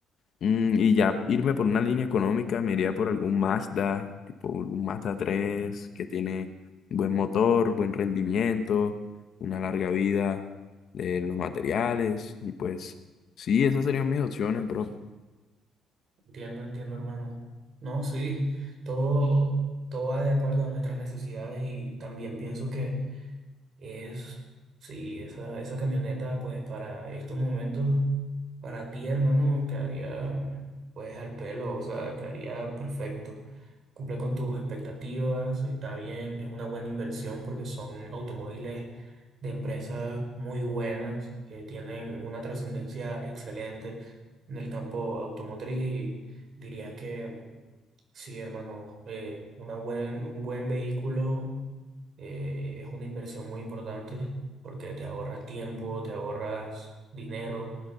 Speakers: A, on the left (about 50°); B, on the right (about 45°).
A: Mm, y ya
B: eh,
A: irme por una línea económica, me iría por algún Mazda, tipo un Mazda 3 que tiene buen motor, buen rendimiento, una larga vida de los materiales. Y pues, sí, esas serían mis opciones, bro.
B: entiendo, entiendo, hermano. No, sí, todo, todo va de acuerdo a nuestras necesidades y también pienso que Es, sí, esa, esa camioneta, pues para estos momentos, para ti, hermano, quedaría, pues al pelo, o sea, quedaría perfecto. Cumple con tus expectativas, está bien, es una buena inversión porque son automóviles de empresas muy buenas que tienen una trascendencia excelente en el campo automotriz y diría que sí, hermano, eh, una buen, un buen vehículo. Eh, es una inversión muy importante porque te ahorras tiempo, te ahorras dinero